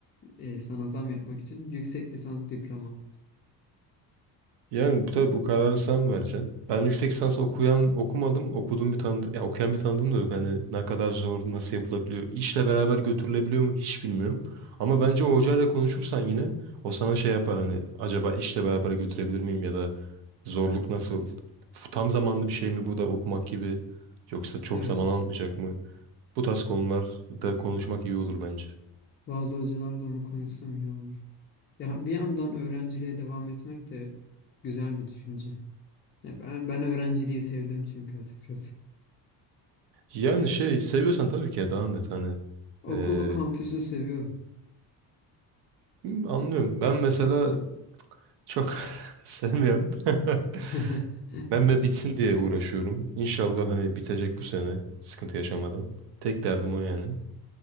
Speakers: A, on the left; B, on the right.
A: e, sana zam yapmak için yüksek lisans diploman.
B: Yani tabii bu kararı sen vereceksin. Ben yüksek lisans okuyan okumadım. Okuduğum bir tanıdığım, ya okuyan bir tanıdığım da yok. Hani ne kadar zor, nasıl yapılabiliyor? İşle beraber götürülebiliyor mu hiç bilmiyorum. Ama bence o hocayla konuşursan yine o sana şey yapar hani acaba işle beraber götürebilir miyim ya da zorluk nasıl? Tam zamanlı bir şey mi bu da okumak gibi yoksa çok
A: Evet.
B: zaman almayacak mı? Bu tarz konularda konuşmak iyi olur bence.
A: Bazı hocalar da onu konuşsam iyi olur. Ya bir yandan öğrenciliğe devam etmek de güzel bir düşünce. Ya ben, ben öğrenciliği sevdim çünkü açıkçası.
B: Yani şey seviyorsan tabii ki ya devam et hani.
A: Okulu,
B: Ee,
A: kampüsü seviyorum.
B: anlıyorum. Ben mesela çok <laughs> sevmiyorum. <laughs>
A: <laughs>
B: Ben de bitsin diye uğraşıyorum. İnşallah hani bitecek bu sene sıkıntı yaşamadan. Tek derdim o yani.